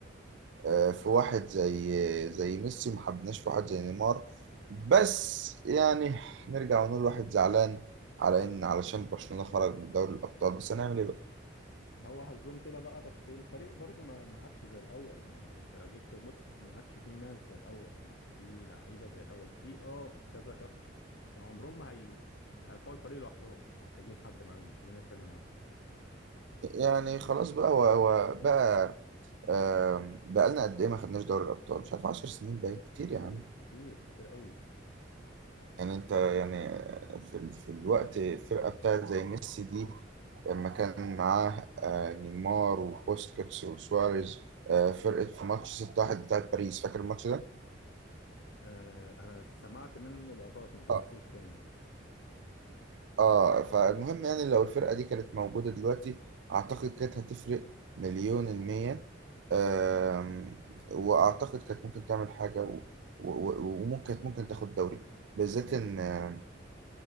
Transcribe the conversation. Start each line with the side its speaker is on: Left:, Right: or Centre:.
Right: آه، في واحد زي زي ميسي ما حبناش في واحد زي نيمار بس يعني نرجع ونقول واحد زعلان على ان علشان برشلونه خرج من دوري الابطال بس هنعمل ايه بقى
Left: هو حظهم كده بقى بس الفريق برضو ما ما عادش زي الاول يعني انت لو جيت تبص ما عادش فيه ناس زي الاول ما عادش فيه لعيبه زي الاول في اه كذا شخص بس عمرهم ما هي هيرفعوا الفريق لوحدهم محتاجين حد معاهم محتاجين ناس تانية معاهم
Right: يعني خلاص بقى هو هو بقى آم، بقالنا قد ايه ما خدناش دوري الابطال مش عارف 10 سنين بقى كتير
Left: كتير
Right: يا عم
Left: كتير كتير قوي
Right: يعني انت يعني في, ال... في الوقت الفرقه بتاعت زي ميسي دي لما كان معاه آه، نيمار وبوسكيتس وسواريز آه، فرقه في ماتش 6-1 بتاعت باريس فاكر الماتش ده؟
Left: آه، انا سمعت منه لقطات ما سمعتوش
Right: اه
Left: كامل
Right: آه، فالمهم يعني لو الفرقه دي كانت موجوده دلوقتي اعتقد كانت هتفرق مليون المية آم، واعتقد كانت ممكن تعمل حاجه و... و... و- وممكن كانت ممكن تاخد دوري بالذات ان